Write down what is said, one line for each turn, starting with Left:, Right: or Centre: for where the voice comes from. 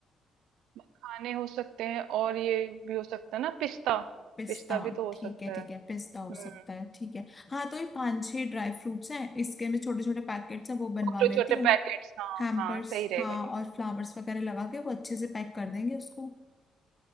Right: खाने हो सकते हैं और ये भी हो सकता है ना पिस्ता
Left: पिस्ता
Right: पिस्ता भी तो हो
Left: ठीक
Right: सकता
Left: है ठीक
Right: है
Left: है पिस्ता
Right: हम्म
Left: हो सकता है ठीक है हाँ तो ये पांच छह ड्राई फ्रूट्स हैं इसके मैं छोटे छोटे पैकेट्स हैं वो बनवा
Right: छोटे
Left: लेती
Right: छोटे
Left: हूँ
Right: पैकेट्स हाँ
Left: हैम्पर्स
Right: हाँ सही रहेगा
Left: हाँ
Right: ये
Left: और फ्लावर्स वगैरह लगा के वो अच्छे से पैक कर देंगे उसको